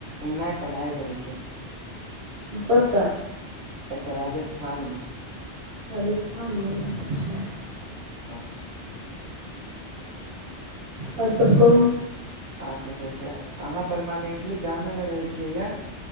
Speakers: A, on the right; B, on the right.
A: नहि पढ़ाइ करै छियै
B: कत
A: एतऽ राजस्थानमे
B: राजस्थानमे अच्छा
A: ह
B: आओर सबकहु
A: आओर त <unintelligible> कहिय अहाँ परमानेंटली गामेमे रहैत छियै या